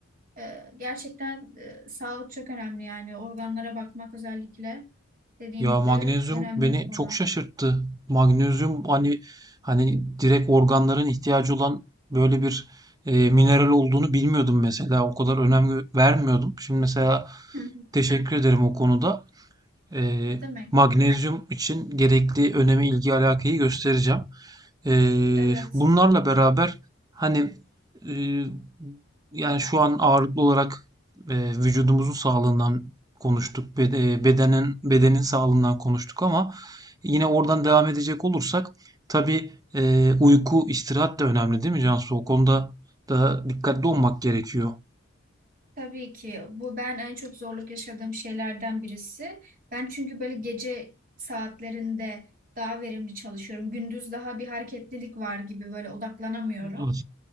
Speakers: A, on the right; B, on the right.
A: E, gerçekten e, sağlık çok önemli yani organlara bakmak özellikle dediğin
B: Ya
A: gibi
B: magnezyum
A: önemli
B: beni
A: bir konu.
B: çok şaşırttı. Magnezyum hani hani direkt organların ihtiyacı olan böyle bir e, mineral olduğunu bilmiyordum mesela. O kadar önem gö- vermiyordum. Şimdi mesela
A: Hı hı.
B: teşekkür ederim o konuda. Eee,
A: Ne demek?
B: magnezyum için gerekli önemi, ilgi, alakayı göstereceğim. Eee,
A: Evet.
B: bunlarla beraber hani eee, yani şu an ağırlıklı olarak eee, vücudumuzun sağlığından konuştuk, bed- eee, bedenin bedenin sağlığından konuştuk ama yine oradan devam edecek olursak tabii eee, uyku, istirahat da önemli değil mi Cansu? O konuda da dikkatli olmak gerekiyor.
A: Tabii ki bu ben en çok zorluk yaşadığım şeylerden birisi. Ben çünkü böyle gece saatlerinde daha verimli çalışıyorum. Gündüz daha bir hareketlilik var gibi böyle odaklanamıyorum.
B: Evet.